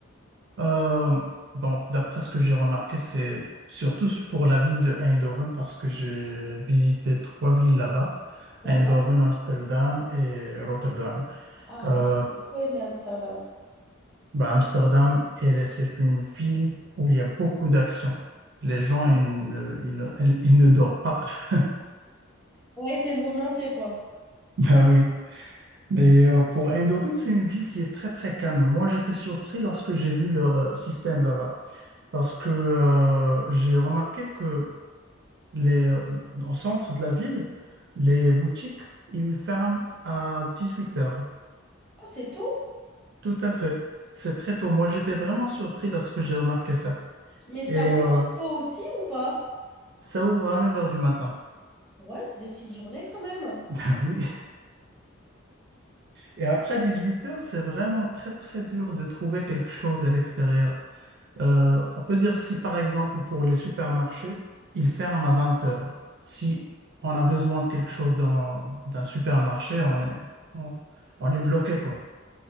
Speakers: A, on the right; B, in the centre.
A: Euh, donc, d'après ce que j'ai remarqué, c'est surtout pour la ville de Eindhoven parce que j'ai visité trois villes là-bas,
B: D'accord.
A: Eindhoven, Amsterdam et Rotterdam.
B: Ah,
A: Euh,
B: j'ai trop aimé Amsterdam.
A: bah, Amsterdam, elle, c'est une ville où il y a beaucoup d'actions. Les gens,
B: Ouais,
A: ils ne, ils ne, ils ne dorment pas. <laughs>
B: Ouais, c'est mouvementé quoi.
A: Ben oui. Mais euh, pour Eindhoven, c'est une ville qui est très très calme. Moi, j'étais surpris lorsque j'ai vu leur euh, système là-bas, parce que euh, j'ai remarqué que les, euh, au centre de la ville, les boutiques, ils ferment à 18 heures.
B: Ah, c'est tôt?
A: Tout à fait. C'est très tôt. Moi, j'étais vraiment surpris lorsque j'ai remarqué ça.
B: Mais ça
A: Et
B: ouvre
A: euh,
B: tôt aussi ou pas?
A: ça ouvre à 9 heures du matin. <laughs>
B: Ouais, c'est des petites journées quand même. hein.
A: Ah oui. Et après 18 heures, c'est vraiment très très dur de trouver quelque chose à l'extérieur. Euh, on peut dire si par exemple pour les supermarchés, ils ferment à 20 heures. Si on a besoin de quelque chose dans d'un supermarché, on est on, on est bloqué quoi.